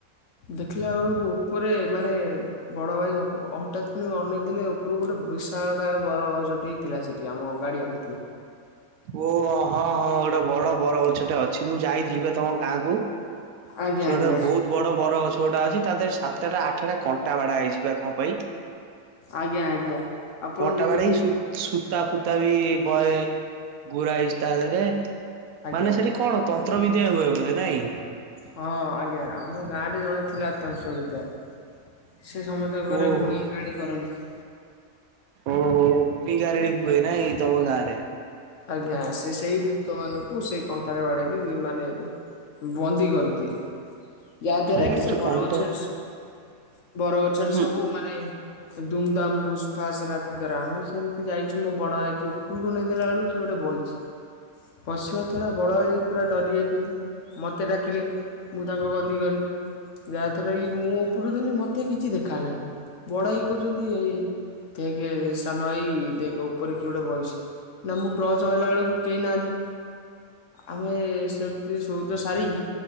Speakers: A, on the left; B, on the right.
A: ଦେଖିଲା ବେଳକୁ ଉପରେ ମାନେ ବଡ ଭାଇ ହଠାତ କିଣି ଅନେଇ ଦେଲି ଉପରକୁ ଗୋଟେ ବିଶାଳ ଗୟ ବର ଗଛଟି। ଥିଲା ସେଠି ଆମ ଗାଡ଼ିଆ କତିକୀ
B: ଓ ହଁ ହଁ ଗୋଟେ ବଡ ବର ଗଛଟେ ଅଛି ମୁଁ ଯାଇଥିଲି ଏ ତମ ଗାଁକୁ।
A: ଆଜ୍ଞା
B: ସିଏ
A: ଆଜ୍ଞା
B: ଗୋଟେ ବହୁତ ବଡ ବରଗଛ ଗୁଡା ଅଛି ତା ଦେରେ ସାତଟା ଆଠଟା କଣ୍ଟା ବାଡା ହେଇଚି କଣ ପାଇଁ?
A: ଆଜ୍ଞା ଆଜ୍ଞା। ଆପଣ
B: କଣ୍ଟା
A: ଦେଖିଥିବେ
B: ବାଡେଇକି ସୂ-ସୂତା ଫୁତା ବି ବଏ ଗୁରା ହେଇଛି ତା ଦେହରେ।
A: ଆଜ୍ଞା
B: ମାନେ ସେଠି କଣ ତନ୍ତ୍ର ବିଦ୍ୟା ହୁଏ ବୋଧେ ନାଇଁ କି?
A: ହଁ ଆଜ୍ଞା ଆମ ଗାଁରେ ଜଣେ ଥିଲା ତନ୍ତ୍ର ବିଦ୍ୟା ସେ ସମସ୍ତେ ଘରେ
B: ଓହୋ
A: ଗୁଣି ଗାଣି କରନ୍ତି।
B: ଓହୋ ଗୁଣି ଗାରେଡି ହୁଏ ନାଇ ତମ ଗାଁ ରେ।
A: ଆଜ୍ଞା ସେ ସେଇ ଭୂତ ମାନଙ୍କୁ ସେଇ କଣ୍ଟାରେ ବାଡେଇକି ମାନେ ଏବେ ବନ୍ଦୀ କରି ଦିଏ ଯାହା ଦ୍ଵାରା
B: ଓହୋ
A: କି ସେ ବର
B: କଣଟା
A: ଗଛରେ ସୁ ବର ଗଛରେ
B: ହୁଁ
A: ସବୁ ମାନେ ଦୁମ ଦାମ ଭୁସ୍ ଫାସ ରାତି ସାରା ଆମେ ସେମିତି ଯାଇଛୁ ମୋ ବଡ ଭାଇକି ଉପରକୁ ଅନେଇ ଦେଲା ବେଳକୁ କି ଗୋଟେ ବଇଚି। ବସିବା ଦ୍ୱାରା ବଡ଼ ଭାଇ ପୁରା ଡରିଯାଇଛନ୍ତି ମୋତେ ଡାକିଲେ। ମୁଁ ତାଙ୍କ କତି କଲି। ଯାହାଦ୍ୱାରା କି ମୁଁ ଉପରୁ ଦେଲି ମତେ କିଛି ଦେଖା ହେଲାନି ବଡ ଭାଇ କହୁଛନ୍ତି ଏଇ ଦେକେ ସାନ ଭାଇ ଦେ ଉପରେ କିଏ ଗୋଟେ ବହିଛି ନା ମୁଁ ଟର୍ଚ୍ଚ ମାଇଲା ବେଳକୁ କେହି ନାହାନ୍ତି ଆମେ ସେମିତି ଶଉଚ ସାରିକି